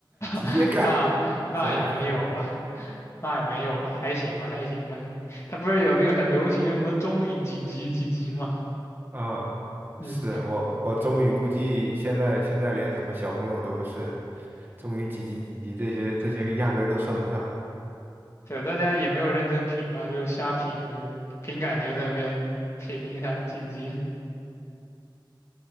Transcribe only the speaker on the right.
直接干，
是吧？
啊、
是我我终于估计现在现在连什么小朋友都不是，终于几级几级这些这些压根儿都算不上。